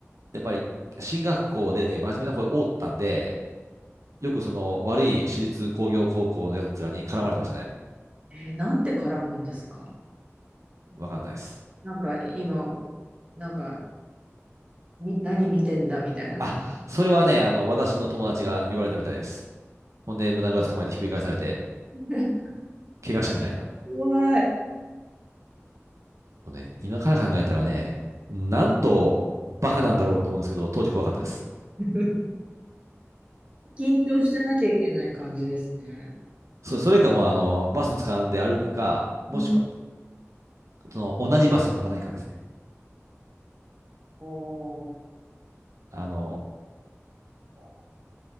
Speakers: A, on the right; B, on the right.
A: やっぱり進学校で真面目な子が多かったんで、よくその悪い私立工業高校のやつらに絡まれてましたね。
B: えーなんて絡むんですか
A: わかんないです。
B: なんか今、なんか、み、何見てんだみたいな感じ。
A: あ、それはね、あの、私の友達が言われたみたいです。ほんで、胸ぐらつかまえてひっくり返されて、
B: <laughs>
A: 怪我したみたいな。
B: 怖い。
A: もうね、今から考えたらね、なんとバカなんだろうと思うんですけど、当時怖かったです。
B: <laughs> 緊張してなきゃいけない感じですね。
A: そ、それかもうあの、バス掴んで歩くか、もしくは、
B: うん
A: その、同じバスに乗らないかですね。
B: おー、
A: あのー